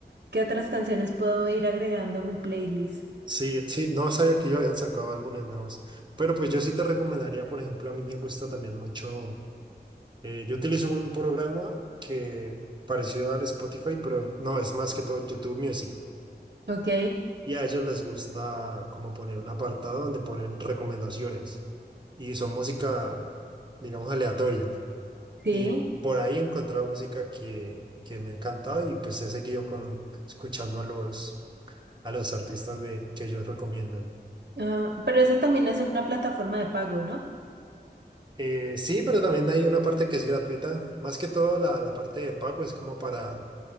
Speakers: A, on the right; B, on the right.
A: qué otras canciones puedo ir agregando a mi playlist.
B: Sí, sí, no sabía que ellos habían sacado álbumes nuevos. Pero pues yo sí te recomendaría, por ejemplo, a mí me gusta también mucho. Eh, yo utilizo un programa que parecido al Spotify, pero no, es más que todo YouTube Music.
A: Ok,
B: Y a ellos les gusta como poner un apartado donde ponen recomendaciones. Y son música, digamos, aleatoria.
A: sí.
B: Y por ahí he encontrado música que, que me ha encantado y pues he seguido con, escuchando a los, a los artistas de, que ellos recomiendan.
A: Ah, pero eso también es una plataforma de pago, ¿no?
B: Eh, sí, pero también hay una parte que es gratuita. Más que todo la, la parte de pago es como para,